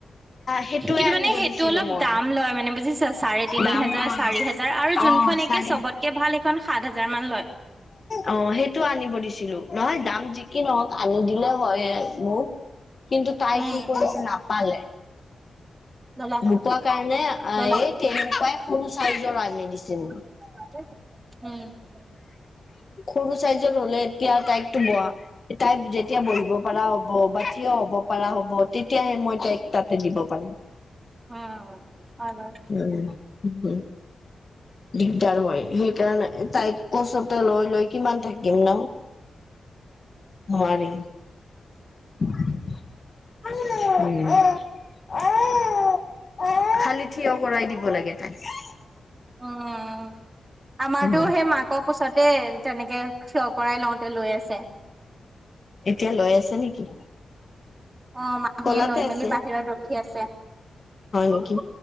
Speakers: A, on the left; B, on the right.
A: সেইটোয়ে
B: কিন্তু
A: আনিব
B: মানে সেইটো
A: দিছিলো
B: অলপ
A: মই
B: দাম লয় মানে বুজিছা চাৰে তিনি
A: দাম
B: হেজাৰ
A: নহয়
B: চাৰি হেজাৰ আৰু
A: অ',
B: যোনখন একে
A: চাৰে
B: চবতকে ভাল সেইখন সাত হাজাৰ মান লয়
A: অ সেইটো আনিব দিছিলো নহয় দাম যি কি নহওক আনি দিলে হয় মোক কিন্তু তাই
B: উম
A: কি কৰিছে
B: উম
A: নাপালে।
B: ললা
A: নোপোৱা কাৰণে এই
B: ললা
A: তেনেকুৱাই সৰু চাইজৰ আনি দিছিল।
B: উম হম
A: সৰু চাইজত হলে এতিয়া তাইক টো বহা তাই যেতিয়া বহিব পাৰা হব বা থিয় হব পাৰা হ'ব তেতিয়াহে মই তাইক তাতে দিব পাৰিম।
B: অহ হয় বাৰু
A: উম উম দিগদাৰ হয় সেইকাৰণে তাইক কোচতে লৈ লৈ কিমান থাকিম ন, নোৱাৰি। উম খালি থিয় কৰাই দিব লাগে তাইক।
B: উম, আমাৰতো
A: উম,
B: সেই মাকৰ কোচতে তেনেকে থিয় কৰাই লওঁতে লৈ আছে।
A: এতিয়া লৈ আছে নেকি?
B: অ', মাহীয়ে
A: কলাতে
B: লৈ মেলি
A: আছে
B: বাহিৰত ৰখি আছে
A: নেকি?
B: উম।